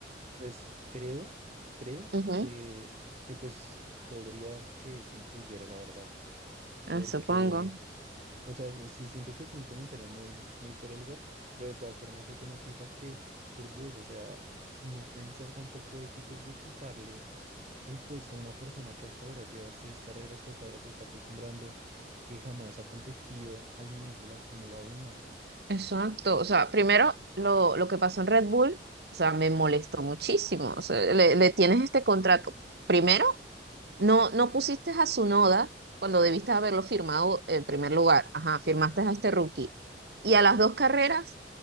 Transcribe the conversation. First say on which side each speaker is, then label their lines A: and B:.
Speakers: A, on the right (about 40°); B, on the right (about 65°).
A: pues creo, creo
B: Ujú,
A: que, que pues podría que eso influyera, la verdad, porque...
B: ah, supongo.
A: O sea, sí siento que fue un comentario muy, muy fuera de lugar, pero de todas formas eso no quita que, por Dios, o sea, no pueden ser tampoco éticos de quitarle el puesto a una persona que hasta ahora lleva seis carreras, que hasta ahora se está acostumbrando, que jamás ha competido al nivel de la Fórmula Uno
B: Exacto. O sea, primero lo, lo que pasó en Red Bull, o sea, me molestó muchísimo. O sea, le, le tienes este contrato. Primero No, no pusiste a Sunoda cuando debiste haberlo firmado en primer lugar. Ajá, firmaste a este rookie. Y a las dos carreras